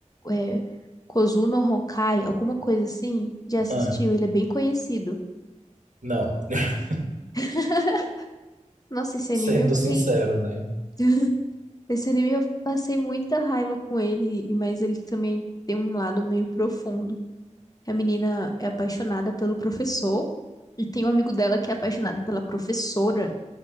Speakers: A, on the left; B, on the right.
A: é, é Kozuno Honkai, alguma coisa assim. Já assistiu?
B: Ah,
A: Ele é bem conhecido.
B: não, <laughs>
A: <laughs> Nossa, esse
B: sendo
A: anime eu fiquei
B: sincero, né?
A: <laughs> Esse anime eu passei muita raiva com ele, mas ele também tem um lado meio profundo. A menina é apaixonada pelo professor e tem um amigo dela que é apaixonado pela professora.